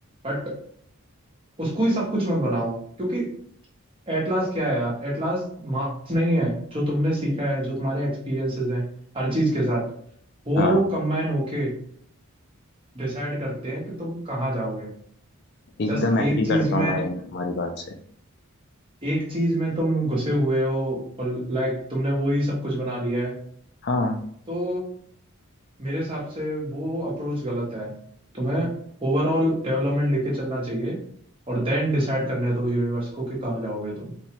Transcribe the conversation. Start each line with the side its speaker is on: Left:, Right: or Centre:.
Right: बट उसको ही सब कुछ मत बनाओ क्योंकि एटलास क्या है यार एटलास मार्क्स नहीं है जो तुमने सीखा है जो तुम्हारे एक्सपीरियंसेस हैं हर चीज के साथ वो
Left: हाँ
Right: कंबाइन होके डिसाइड करते हैं कि तुम कहाँ जाओगे
Left: एकदम
Right: जस्ट
Left: एग्री
Right: एक चीज
Left: करता हूँ
Right: में
Left: भाई मैं तुम्हारी बात से
Right: एक चीज में तुम घुसे हुए हो और लाइक तुमने वो ही सब कुछ बना लिया है
Left: हाँ
Right: तो मेरे हिसाब से वो अप्रोच गलत है तुम्हें ओवरऑल डेवलपमेंट लेके चलना चाहिए और देन डिसाइड करने दो यूनिवर्स को कि कहाँ जाओगे तुम